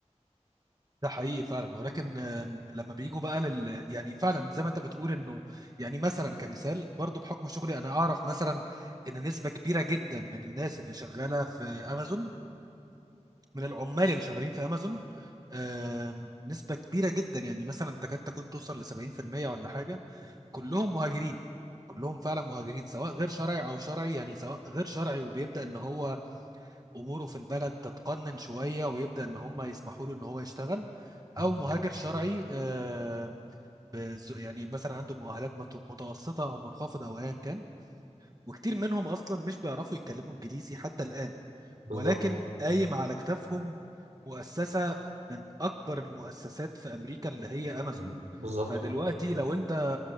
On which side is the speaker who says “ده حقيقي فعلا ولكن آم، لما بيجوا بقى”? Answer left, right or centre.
Right